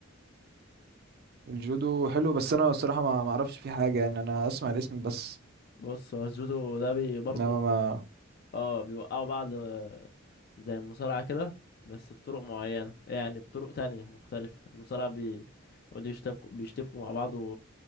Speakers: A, on the right (about 50°); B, on the left (about 50°).
A: الجودو حلو بس انا الصراحه ما ما اعرفش فيه حاجه يعني انا اسمع الاسم بس
B: بص هو الجودو ده بي برضو
A: انما ما
B: اه بيوقعوا بعض آه، زي المصارعه كده بس بطرق معينه يعني بطرق تانية مختلفه المصارعه بي بيقعدوا يشتبكوا بيشتبكوا مع بعض